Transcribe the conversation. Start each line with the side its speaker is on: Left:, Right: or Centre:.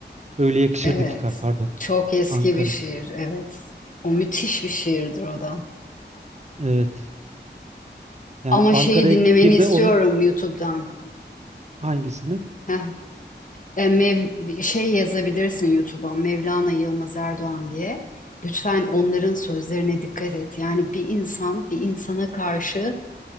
Right: Öyle yakışırdı
Left: evet.
Right: ki kar pardon.
Left: Çok eski
Right: Ankara.
Left: bir şiir, evet. O müthiş bir şiirdir o da.
Right: Evet. Yani
Left: Ama
Right: Ankara'ya
Left: şeyi dinlemeni
Right: gittiğimde
Left: istiyorum
Right: onun
Left: YouTube'dan.
Right: hangisini?
Left: Heh. E, Mev- şey yazabilirsin YouTube'a Mevlana Yılmaz Erdoğan diye. Lütfen onların sözlerine dikkat et. Yani bir insan bir insana karşı